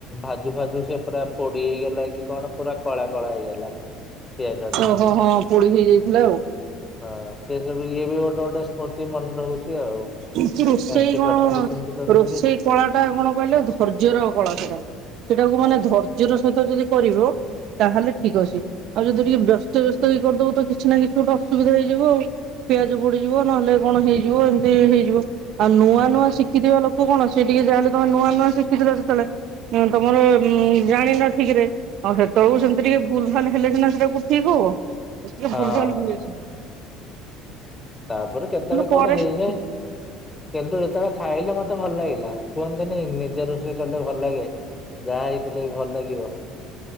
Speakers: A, on the left; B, on the right.
A: ଭାଜୁ ଭାଜୁ ସେ ପୁରା ପୋଡି ହେଇଗଲା କି କଣ ପୁରା କଳା କଳା ହେଇଗଲା। ପିଆଜ ଟା
B: ଓହୋ ହଁ ପୋଡି ହେଇଯାଇଥିଲା ଆଉ।
A: ହଁ ସେ ସବୁ ଇଏ ବି ଗୋଟେ ଗୋଟେ ସ୍ମୃତି ମନେ ରହୁଛି ଆଉ।
B: ଏ ରୋଷେଇ
A: ଏମିତି
B: କଣ
A: କରିଥିଲି ସେମିତି କରିଥିଲି
B: ରୋଷେଇ କଳା ଟା କଣ କହିଲେ ଧୈର୍ଯ୍ୟର କଳା ସେଇଟା। ସେଇଟାକୁ ମାନେ ଧୈର୍ଯ୍ୟର ସହିତ ଯଦି କରିବ ତାହେଲେ ଠିକ୍ ଅଛି ଆଉ ଯଦି ଟିକେ ବ୍ୟସ୍ତ ବ୍ୟସ୍ତ ହେଇକି କରିଦବ ତ କିଛି ନା କିଛି ଗୋଟେ ଅସୁବିଧା ହେଇଯିବ ଆଉ। ପିଆଜ ପୋଡିଯିବ ନହେଲେ କଣ ହେଇଯିବ ଏମତି। ସେହେଇଯିବ ଆଉ ନୂଆ
A: ହୁଁ।
B: ନୂଆ ଶିଖିଥିବା ଲୋକ କଣ ସିଏ ଟିକେ ଯାହାହେଲେ ତମେ ନୂଆ ନୂଆ ଶିଖିଥିଲ ସେତଓ ଳେ ହଁ ତମର ଜାଣିନ ଠିକ୍ ରେ ଆଉ ହେତେବେଳକୁ ସେମିତି ଟିକେ ଭୁଲ୍ ଭାଲ୍ ହେଲେ ସିନା ସେଟା ଠିକ୍ ହବ ଭୁଲ୍ ଭ।
A: ହଁ
B: ଲ୍ ହୁଏ ସେମିତି।
A: ତାପରେ କେତେବେଳେ
B: ପରେ
A: କଣ ହେଇଯାଏ।
B: ହିଁ
A: କିନ୍ତୁ ଯେତେବେଳେ ଖାଇଲେ ମତେ ଭଲ ଲାଗିଲା କୁହନ୍ତନି ନିଜେ ରୋଷେଇ କଲେ ଭଲ ଲାଗେ। ଯାହା ହେଇଥିଲେ ବି ଭଲ ଲାଗିବ।